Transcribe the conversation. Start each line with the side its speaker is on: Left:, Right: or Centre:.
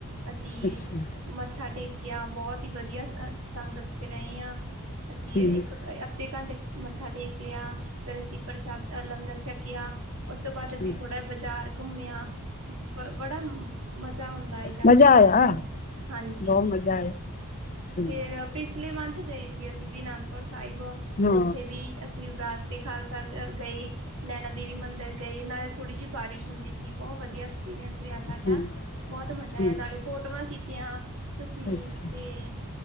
Right: ਅਸੀਂ
Left: ਅੱਛਾ
Right: ਮੱਥਾ ਟੇਕ ਕ ਬਹੁਤ ਹੀ ਵਧੀਆ ਅ ਸੰਗਤ 'ਚ ਰਹੇ ਹਾਂ ਅਸੀਂ
Left: ਠੀਕ
Right: ਇੱਕ ਅੱਧੇ ਘੰਟੇ 'ਚ ਮੱਥਾ ਟੇਕ ਲਿਆ ਫੇਰ ਅਸੀਂ ਪ੍ਰਸ਼ਾਦ ਲੰਗਰ ਛਕਿਆ। ਉਸ ਤੋਂ ਬਾਅਦ
Left: ਠੀਕ
Right: ਅਸੀਂ ਥੋੜਾ ਬਾਜ਼ਾਰ ਘੁੰਮਿਆ। ਬ ਬੜਾ ਮਜ਼ਾ ਆਉਂਦਾ ਯਾਤਰਾ
Left: ਮਜ਼ਾ ਆਇਆ
Right: ਕਰਨ 'ਚ ਹਾਂਜੀ।
Left: ਬਹੁਤ ਮਜ਼ਾ ਆਇਆ ਠੀਕ
Right: ਫਿਰ ਪਿਛਲੇ ਮੰਥ ਗਏ ਸੀ ਅਸੀਂ ਵੀ ਅਨੰਦਪੁਰ ਸਾਹਿਬ
Left: ਹਾਂ
Right: ਉੱਥੇ ਵੀ ਅਸੀਂ ਵਿਰਾਸਤੇ ਖਾਲਸਾ ਗਏ ਨੈਨਾ ਦੇਵੀ ਮੰਦਿਰ ਗਏ ਨਾਲੇ ਥੋੜ੍ਹੀ ਜਿਹੀ ਬਾਰਿਸ਼ ਹੁੰਦੀ ਸੀ ਬਹੁਤ ਵਧੀਆ ਸ ਰਿਹਾ ਸਾਡਾ
Left: ਹਾਂ
Right: ਬਹੁਤ ਮਜ਼ਾ
Left: ਠੀਕ
Right: ਆ ਨਾਲੇ ਫੋਟੋਆਂ ਕੀਤੀਆਂ। ਤੁਸੀਂ
Left: ਅੱਛਾ
Right: ਤਾਂ